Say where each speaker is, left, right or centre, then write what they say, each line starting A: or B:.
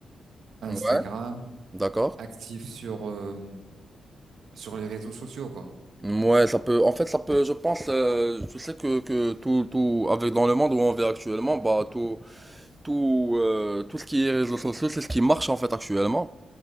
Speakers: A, on the right (about 75°); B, on the right (about 20°).
A: Instagram,
B: Ouais, d'accord.
A: actif sur euh, sur les réseaux sociaux, quoi.
B: Ouais, ça peut, en fait, ça peut, je pense, euh, je sais que, que tout, tout, avec dans le monde où on vit actuellement, bah, tout, tout, euh, tout ce qui est réseaux sociaux, c'est ce qui marche, en fait, actuellement.